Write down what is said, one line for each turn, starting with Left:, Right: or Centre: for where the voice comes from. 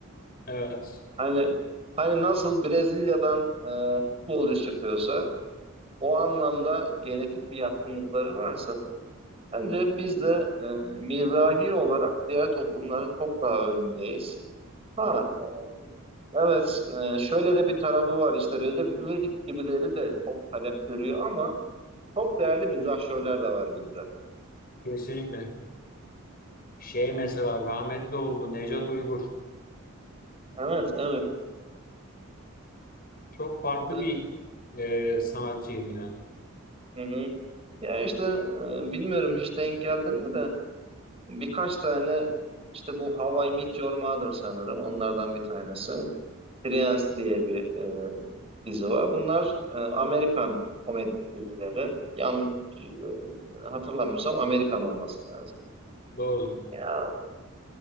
Left: Evet
Right: Hani hani nasıl Brezilya'dan e, futbolcu çıkıyorsa o anlamda genetik bir yatkınlıkları varsa bence biz de e, mizahi olarak diğer toplumların çok daha önündeyiz. Ha, e, evet e, şöyle de bir tarafı var işte Recep İvedik gibileri de çok talep görüyor ama çok değerli mizahşörler de var bizde.
Left: kesinlikle şey mesela rahmetli oldu Nejat Uygur
Right: Evet, evet.
Left: çok farklı
Right: İşte,
Left: bir e, sanatçıydı yani.
Right: hı hı. Ya işte e, bilmiyorum hiç denk geldin mi de birkaç tane işte bu How I Met Your Mother sanırım onlardan bir tanesi. Friends diye bir e, dizi var. Bunlar e, Amerikan komedi dizileri. Yanlış e, hatırlamıyorsam Amerikan olması lazım.
Left: Doğrudur.
Right: Ya